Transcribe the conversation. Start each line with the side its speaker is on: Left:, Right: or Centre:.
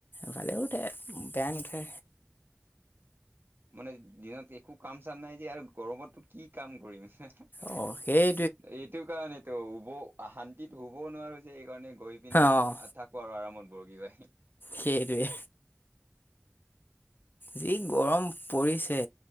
Left: হ'লেও উঠে বেয়া নুঠে।
Right: মানে দিনত একো কাম চাম নাই যে আৰু গৰমতো কি কাম কৰিম হে হে
Left: অ সেই
Right: এইটো কাৰণেতো শুব অশান্তিত শুবও নোৱাৰো যে এইকাৰণে গৈ পিনি।
Left: অঁ
Right: থাকোঁ আৰু আৰামত বৰশী, বায়।
Left: সেইটোৱে- যি গৰম পৰিছে